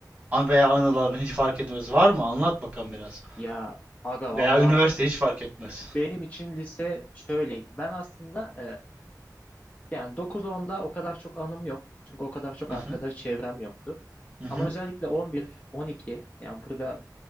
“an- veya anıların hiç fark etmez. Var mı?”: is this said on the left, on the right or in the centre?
Right